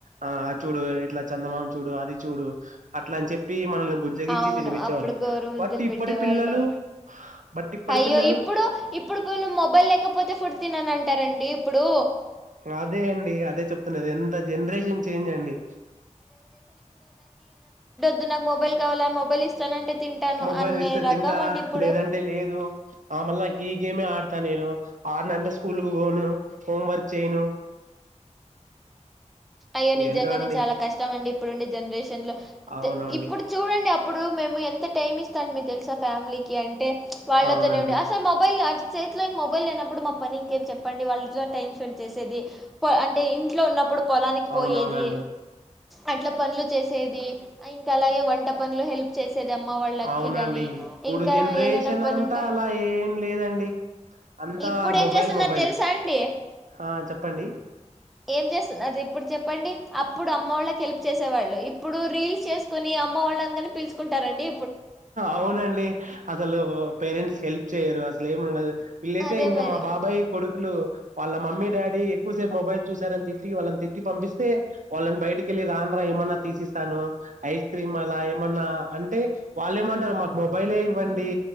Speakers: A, on the right; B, in the centre.
A: ఆ చూడు ఇట్లా చందమామ చూడు అది చూడు పుడు అట్లా అని చెప్పి మనల్ బుజ్జగిచ్చి
B: అవును
A: తినిపించేవాళ్ళు
B: అప్పుడు గోరు ముద్దలు
A: బట్ ఇప్పటి
B: పెట్టేవాళ్ళు
A: పిల్లలు బట్ ఇప్పటి
B: అయ్యో
A: పిల్లలు
B: ఇప్పుడు ఇప్పుడు పిళ్లు మొబైల్ లేకపోతే ఫుడు తిన్నను అంటారండి ఇప్పుడు
A: అదే అండి అదే చెప్తున్నది అంత జనరేషన్ చేంజ్ అండి
B: దు నాకు మొబైల్ కావాలా మొబైల్ ఇస్తానంటే తింటాను
A: మొబైల్
B: అనే
A: ఇస్తే
B: రకం
A: తింటా
B: అండి ఇప్పుడు
A: లేదంటే లేదు ఆ మళ నాకు
B: మ్మ్.
A: ఈ గేమే ఆడ త నేను ఆరునంటే స్కూల్ కు పోను హోం వర్క్ చేయను
B: అయ్యో నిజంగానే
A: ఏంటో అండి
B: చాలా కష్టం అండి ఇప్పుడుండే జనరేషన్ లో
A: అవునండి
B: అే ఇప్పుడు చూడండి అప్పుడు మేము ఎంత టైమ్ ఇస్తాం మీ తెలుసా ఫ్యామిలీకి అంటే వాళ్ళతోనే
A: అవునండి
B: ఉడి అసలు మొబైల్ చేతిలో ఇ మొబైల్ లేనప్పుడు మా పని ఇంకేం చెప్పండి వాళ్ళ టైం స్పెండ్ చేసేది ప అంటే ఇంట్లో ఉన్నప్పుడు పొలానికి
A: అవునవునండి
B: పోయేది అట్లా పనులు చేసేది ఇంకా అలాగే వంట పనులు హెల్ప్ చేస్ సెది అమ్మ వాళ్ళకి
A: అవునండి
B: ని
A: ఇప్పుడు
B: ఇంకా
A: జనరేషన్
B: ఏదైనా పని
A: అంతా
B: ఉంటా
A: అలా ఏం లేదండి అంతా
B: ఇప్పుడు
A: మొబైల్
B: ఏం చేస్తున్న
A: మొబైల్
B: తెలుసా అండి
A: ఆ చెప్పండి
B: ఏం చేస్తున్న ఇప్పుడు చెప్పండి అప్పుడు అమ్మ వాళ్ళకి హెల్ప్ చేసేవాళ్ళు ఇప్పుడు రీల్స్ చేసుకుని అమ్మ వాళ్ళందరని పిలుచుకు అంటారండి
A: అవునండి అసలు పేరెంట్స్ హెల్ప్ చేయరు అసలు ఏముండదు వీళ్ళైతే
B: అదే
A: ఇంకా
B: మరి
A: మా బాబాయ్ కొడుకులు వాళ్ళ మమ్మీ డాడీ ఎక్కువ సేపు మొబైల్ చూశారని తిట్టి వాళ్ళని తిట్టి పంపిస్తే వాళ్ళని బయటికెళ్ళి రాన్ రా ఏమన్నా తీసిస్తాను ఐస్ క్రీమ్ అలా ఏమన్నా అంటే వాళ్లేమంటారు మాకు మొబైలే ఇవ్వండి